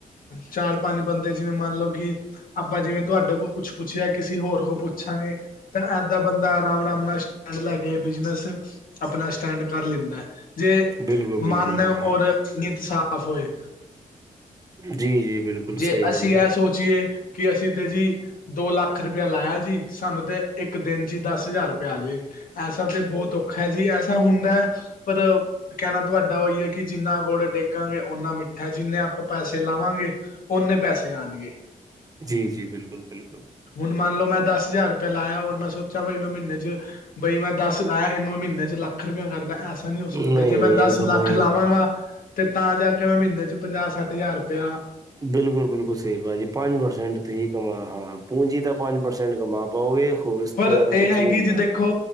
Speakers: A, on the left; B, on the right.
A: ਚਾਰ ਪੰਜ ਬੰਦੇ ਜਿਵੇਂ ਮੰਨ ਲਓ ਕਿ ਆਪਾਂ ਜਿਵੇਂ ਤੁਹਾਡੇ ਕੋ ਕੁਛ ਪੁੱਛਿਆ ਕਿਸੇ ਹੋਰ ਕੋ ਪੁੱਛਾਂਗੇ ਤਾਂ ਇਹਦਾ ਬੰਦਾ ਆਰਾਮ ਆਰਾਮ ਨਾਲ ਸਟੈਂਡ ਲੈ ਕੇ ਬਿਜਨਸ ਆਪਣਾ ਸਟੈਂਡ ਕਰ ਲੈਂਦਾ ਜੇ
B: ਬਿਲਕੁਲ
A: ਮਨ
B: ਬਿਲਕੁਲ ਭਾਜੀ
A: ਔਰ ਨਿਤ ਸਾਫ਼ ਹੋਏ,
B: ਜੀ ਜੀ ਬਿਲਕੁਲ
A: ਜੇ
B: ਸਹੀ
A: ਅਸੀਂ
B: ਗੱਲ ਹੈ
A: ਇਹ ਸੋਚੀਏ। ਕਿ ਅਸੀਂ ਤੇ ਜੀ। ਦੋ ਲੱਖ ਰੁਪਿਆ ਲਾਇਆ ਜੀ ਸਾਨੂੰ, ਤੇ ਇੱਕ ਦਿਨ 'ਚ ਹੀ ਦਸ ਹਜਾਰ ਰੁਪਿਆ ਆਜੇ। ਐਸਾ ਤੇ ਬੋਹਤ ਔਖਾ ਹੈ ਜੀ, ਐਸਾ ਹੁੰਦਾ ਹੈ ਪਰ। ਕਹਿਣਾ ਤੁਹਾਡਾ ਉਈ ਹੈ ਕਿ ਜਿੰਨਾ ਗੁੜ ਡੇਗਾਂਗੇ ਓਨਾ ਮਿੱਠਾ ਜਿੰਨੇ ਆਪਾਂ ਪੈਸੇ ਲਾਵਾਂਗੇ ਓਨੇ ਪੈਸੇ ਆਉਣਗੇ।
B: ਜ਼ੀ, ਜ਼ੀ ਬਿਲਕੁਲ, ਬਿਲਕੁਲ।
A: ਹੁਣ ਮੰਨ ਲਓ ਮੈਂ ਦਸ ਹਜ਼ਾਰ ਰੁਪਇ ਲਾਇਆ ਔਰ ਮੈਂ ਸੋਚਾ ਬਈ ਮੈਂ ਮਹੀਨੇ ਚ ਬਈ ਮੈਂ ਦੱਸ ਲਾਇਆ ਇਹਨੂੰ ਮਹੀਨੇ ਚ ਲੱਖ ਰੁਪਇਆ ਕਰਦਾ ਐਸ ਨਹੀਂ ਹੋ ਸਕਦਾ
B: ਨਹੀਂ
A: ਜੇ ਮੈਂ
B: ਨਹੀਂ
A: ਦਾਸ
B: ਐਸਾ ਹੋ
A: ਲਾਖ
B: ਹੀ ਨਹੀਂ
A: ਲਾਵਾਂਗਾ।
B: ਸਕਦਾ
A: ਤੇ ਤਾਂ ਜਾ ਕੇ ਮੈਂ ਮਹੀਨੇ ਚ ਪੰਜਾਹ ਸੱਠ ਹਜ਼ਾਰ ਰੁਪਿਆ
B: ਬਿਲਕੁਲ, ਬਿਲਕੁਲ ਸਹੀ ਪਾਜੀ ਪੰਜ ਪਰਸੈਂਟ ਤੁਸੀਂ ਕਮਾ ਹਾਂ ਪੂੰਜੀ ਤਾਂ ਪੰਜ ਪਰਸੈਂਟ ਕਮਾ ਪਾਓਗੇ। ਹੋਰ ਇਸ ਤੋਂ
A: ਪਰ
B: ਜ਼ਿਆਦਾ
A: ਏਹ
B: ਕੁਛ
A: ਹੈਗੀ
B: ਨਹੀਂ ਹੁੰਦਾ
A: ਜੀ ਦੇਖੋ।